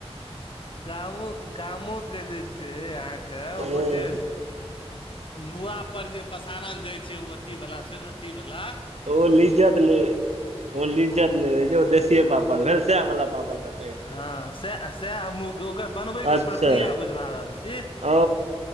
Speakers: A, on the left (about 50°); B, on the right (about 85°).
A: गामो गामोे के जे छै अहाँके
B: हँ
A: ओ जे नुआ पर जे पसारल जाय छै ओ अथी वला अथी वला
B: ओ लिज्जत नहि ओ लिज्जत नहि रहे जे ओ देशीए पापड़ भेल सएह वला पापड़ द
A: हँ सएह सएह हमहूँ ओकर बनबैके
B: अच्छा
A: प्रक्रिया बुझ भा रहल छी
B: ओ